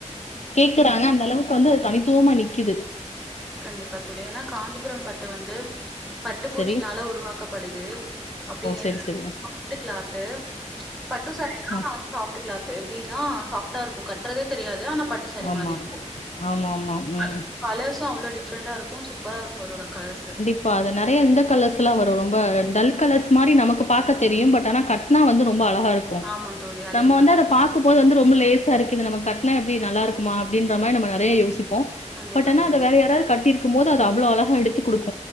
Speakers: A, on the left; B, in the centre.
A: கேக்குறாங்க அந்த அளவுக்கு வந்து அது தனித்துவமா நிக்குது
B: கண்டிப்பா தோழி ஏன்னா காஞ்சிபுரம் பட்டு வந்து ப பட்டு பூச்சினால
A: சரி
B: உருவாக்கப்படுது அப்டின்னு
A: செரி செரியா
B: ட்டு கிளாத்து பட்டுசாரிதா
A: ஆ
B: சாஃப்ட்டு க்ளாத்து எப்டின்னா சாஃப்டா இருக்கு கட்டுறதே தெரியாது ஆனா பட் டு சரி
A: ஆமா
B: மாரி இருக்கும்
A: ஆமா ஆமா ம்
B: அது கலர்ஸு அவ்ளோ டிஃப்ரண்டா இருக்கு சூப்பரா இருக் அதோட கலர்ஸு
A: இப்ப அது நறைய இந்த கலர்ஸ்லா வரு ரொம்ப டல் கலர்ஸ் மாரி நமக்கு பாக்க தெரியு பட் ஆனா கட்னா வந்து ரொம்ப அழகா இருக்கும்
B: ஆமா தோழி அதே
A: நம்ம
B: மாரிதான்
A: வந்து அத பா க்கும் போது வந்து ரொம்ப லேசா இருக்கு இது நம்ம கட்னா எப்டி நல்ல இருக்குமா அப்டின்ற மாரி நம்ம நறய யோசிப்போ
B: கண்டிப்பா
A: பட் அனா
B: தோழி
A: அத வேற யாராவது கட்டிருக்கும் போது அது அவ்ளோ அழகா எடுத்து குடுக்கு